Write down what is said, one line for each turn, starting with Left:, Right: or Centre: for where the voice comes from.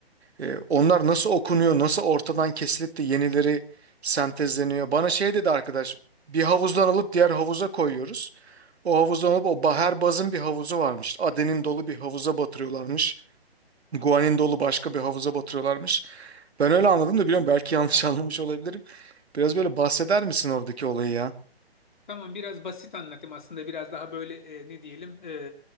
Right: E, onlar nasıl okunuyor nasıl ortadan kesilip de yenileri sentezleniyor bana şey dedi arkadaş bir havuzdan alıp diğer havuza koyuyoruz o havuzdan alıp o ba- her bazın bir havuzu varmış adenin dolu bir havuza batırıyorlarmış Guanin dolu başka bir havuza batırıyorlarmış. Ben öyle anladım da biliyorum belki yanlış <laughs> anlamış olabilirim. Biraz böyle bahseder misin oradaki olayı ya?
Left: Tamam biraz basit anlatayım aslında biraz daha böyle e, ne diyelim e,